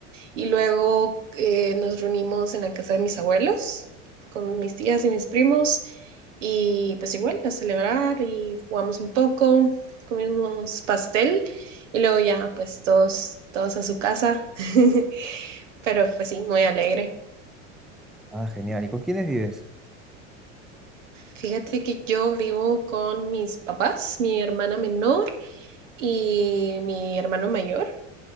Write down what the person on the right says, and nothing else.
y luego eh, nos reunimos en la casa de mis abuelos, con mis tías y mis primos, y pues igual a celebrar y jugamos un poco, comimos pastel, y luego ya pues todos, todos a su casa, <laughs> pero pues sí, muy alegre.
Fíjate que yo vivo con mis papás, mi hermana menor y mi hermano mayor.